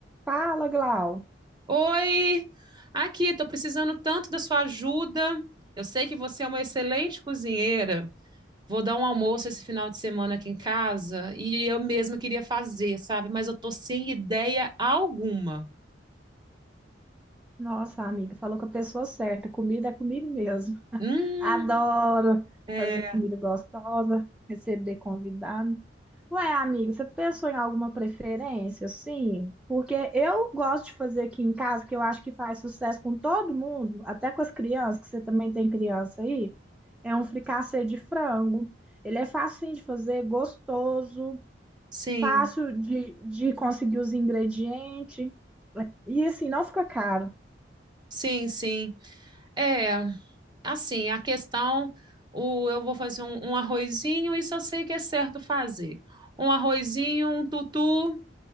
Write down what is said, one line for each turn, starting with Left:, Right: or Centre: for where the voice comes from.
Centre: Fala, Glau.
Right: Oi, aqui, estou precisando tanto da sua ajuda. Eu sei que você é uma excelente cozinheira. Vou dar um almoço esse final de semana aqui em casa e eu mesma queria fazer, sabe? Mas eu tô sem ideia alguma.
Centre: Nossa, amiga, falou com a pessoa certa. Comida é comigo mesmo. <laughs>
Right: Hum,
Centre: Adoro
Right: é,
Centre: fazer comida gostosa, receber convidado. Ué, amiga, você pensou em alguma preferência, assim? Porque eu gosto de fazer aqui em casa, que eu acho que faz sucesso com todo mundo, até com as crianças, que você também tem criança aí. É um fricassê de frango. Ele é facinho de fazer, gostoso.
Right: sim,
Centre: fácil de, de conseguir os ingredientes. E assim, não fica caro.
Right: sim, sim. É, assim, a questão, o, eu vou fazer um, um arrozinho, isso eu sei que é certo fazer. Um arrozinho, um tutu,